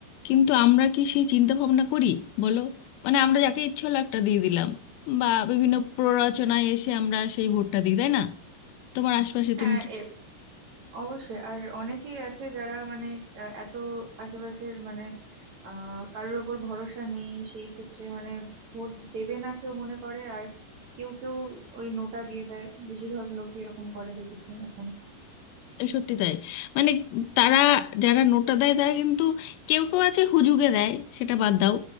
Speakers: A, on the left (about 85°); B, on the right (about 45°).
A: কিন্তু আমরা কি সেই চিন্তা ভাবনা করি বলো মানে আমরা যাকে ইচ্ছে হলো একটা দিয়ে দিলাম বা বিভিন্ন প্ররোচনায় এসে আমরা সেই ভোটটা দিই তাই না তোমার আশপাশে
B: হ্যাঁ
A: তুমি কি
B: এ অবশ্যই আর অনেকেই আছে যারা মানে আহ, এত আশেপাশের মানে আহ কারোর ওপর ভরসা নেই সেই ক্ষেত্রে মানে ভোট দেবে না কেউ মনে করে আর কেউ কেউ ওই নোটা দিয়ে দেয় বেশিরভাগ লোকই এরকম করে দেখেছি এখন
A: সত্যি তাই মানে তারা যারা নোটা দেয় তারা কিন্তু কেউ কেউ আছে হুজুগে দেয় সেটা বাদ দাও